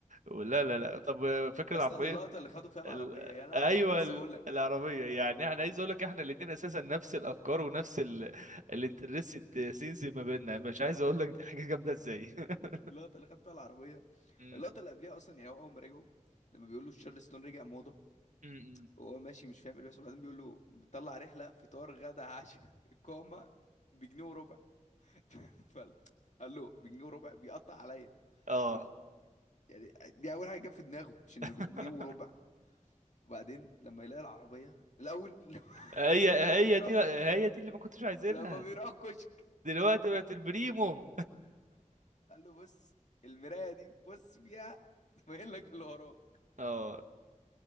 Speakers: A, on the right; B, on the left.
A: ولا لا لا طب فاكر
B: اصلا
A: العربيه
B: اللقطه اللي خدوا فيها العربيه
A: ال...
B: يا لهوي
A: ايوه
B: كنت لسه
A: ال...
B: اقول لك
A: العربيه يعني انا عايز اقول لك احنا الاثنين اساسا نفس الافكار ونفس ال... الانترستد سينز ما بيننا
B: <laughs>
A: مش عايز اقول لك دي حاجه جامده ازاي <laughs>
B: اللقطه اللي خدوا فيها العربيه
A: م-
B: اللقطه اللي قبلها اصلا يعني هو اول ما رجعوا لما بيقولوا تشارلستون رجع موضه
A: م- م.
B: وهو ماشي مش فاهم ايه اللي بيحصل وبعدين بيقول له بيطلع رحله فطار غدا عشاء <laughs> اقامه بجنيه وربع <laughs> فقال قال له بجنيه وربع بيقطع عليا
A: اه
B: عارف يعني دي اول حاجه جت في دماغه مش انه
A: <laughs>
B: بجنيه وربع وبعدين لما يلاقي العربيه الاول <laughs>
A: هي هي
B: لما بيراجع
A: دي هي دي اللي ما كنتش عايزينها
B: لما بيراجع الكشك
A: دلوقتي بقت البريمو
B: قال له بص المرايه دي بص فيها <laughs> تبين لك اللي وراك
A: اه